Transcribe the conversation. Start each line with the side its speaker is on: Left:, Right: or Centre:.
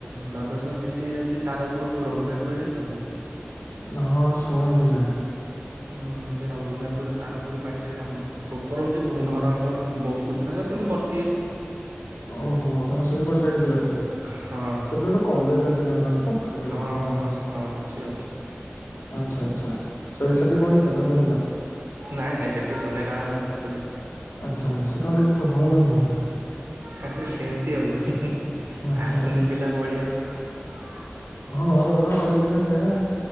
Right: ଜଗ ସିଂ ଡିଷ୍ଟ୍ରିକ୍ଟ ଯାଛି ତାରପୁର ରଘୁନାଥପୁର ଜାଣିଛନ୍ତି?
Left: ହଁ ଶୁଣିଛି ନାଁ।
Right: ହୁଁ ସେ ରଘୁନାଥପୁରୁ ତାରପୁର ପାଖରେ ଆ ପ୍ରୋପର ହଉଛି ଘର ଆମର ବ କୁଷଙ୍ଗ କିନ୍ତୁ ବର୍
Left: ଓହୋ ତମେ ସେଇ ପଟ ସାଇଡ ପିଲାହଲେ।
Right: ହଁ।
Left: ସେଠି ଗୋଟେ କଲେଜ ଅଛି ନା କଣ ପ୍ଲସ ଥିରି କଲେଜ
Right: ହଁ
Left: ମୁଁ
Right: ହଁ
Left: ଶୁଣିଛି।
Right: ହଁ ହଁ ଅଛି ଅଛି।
Left: ଆଚ୍ଛା ଆଚ୍ଛା ସେଠ ସେଠି ପଢିଛ ନା ପଢିନ?
Right: ନାଇଁ ନାଇଁ ସେଟି ପଡ଼ନେ ରା ଆମର ପଡଥିଲେ
Left: ଆଚ୍ଛା ଆଚ୍ଛା ସେ କହିଲେ ଯେ ତୁ ଭଲ ନୁହଁ ହେ।
Right: ହଁ ସେ ସେମିତି ଆଉ ହି ହି
Left: ଆଚ୍ଛା
Right: ଆସନ୍ତି
Left: ଆଚ୍ଛା।
Right: ପିଲା ପଢ଼ିଆକୁ।
Left: ହଁ ଘର ପାଖ କଲେଜ ଥିଲେ ସେଇଆ ଆଉ।